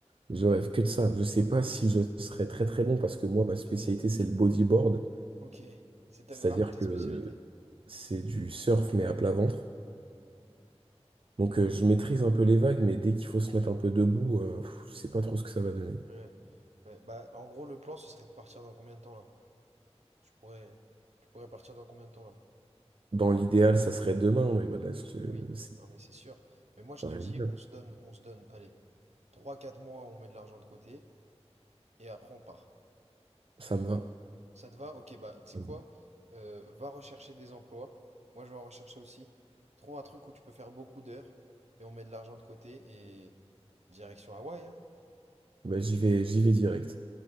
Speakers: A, on the right; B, on the right.
A: je rêve que de ça. Je sais pas si je serais très très bon parce que moi, ma spécialité, c'est le bodyboard.
B: Ok. C'est ta-
A: C'est-à-dire
B: vraiment ta
A: que
B: spécialité?
A: c'est du surf mais à plat ventre. Donc euh, je maîtrise un peu les vagues, mais dès qu'il faut se mettre un peu debout, euh, pff, je sais pas trop ce que ça va donner.
B: Ouais. Ouais. Bah, en gros, le plan, ce serait de partir dans combien de temps, là? Tu pourrais, tu pourrais partir dans combien de temps, là?
A: Dans l'idéal, ça serait demain, mais voilà, je te-
B: Oui.
A: c'est
B: Non, mais c'est sûr. Mais moi, je
A: pas
B: te
A: réalisable.
B: dis, on se donne, on se donne, allez, trois, quatre mois, on met de l'argent de côté, et après, on part.
A: Ça me va.
B: Ça te va? Ok, bah, tu
A: Ça
B: sais quoi?
A: me va.
B: Euh, va rechercher des emplois. Moi, je vais en rechercher aussi. Trouve un truc où tu peux faire beaucoup d'heures et on met de l'argent de côté et direction Hawaï, hein.
A: Bah, j'y vais, j'y vais direct.